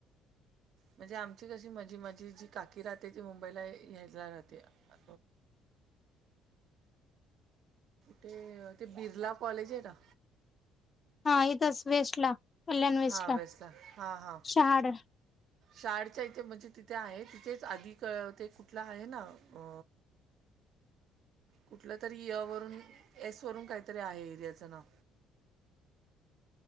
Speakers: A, on the right; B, on the left.
A: म्हणजे आमची कशी माझी माझी जी काकी राहते ती मुंबईला येज राहते अ ते ते बिरला कॉलेज आहे ना
B: हा इथच वेस्ट ला कल्याण वेस्ट
A: हां
B: ला
A: वेस्टला हां हां
B: शहाड
A: शाळच्या इथे म्हणजे तिथे आहे तिथेच आधी क ते कुठला आहे ना अ
B: <inaudible>
A: कुठलं तरी य वरून, एस वरून काहीतरी आहे एरियाचं नाव.